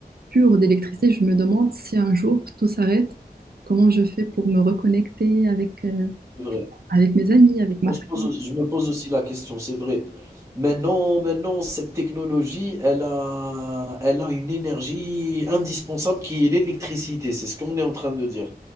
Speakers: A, on the right; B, on the right.
A: coupure d'électricité, je me demande si un jour tout s'arrête, comment je fais pour me reconnecter avec, euh,
B: c'est vrai.
A: avec mes amis, avec ma
B: On se
A: famille.
B: pose je me pose aussi la question, c'est vrai. Maintenant maintenant cette technologie, elle a elle a une énergie indispensable qui est l'électricité, c'est ce qu'on est en train de dire.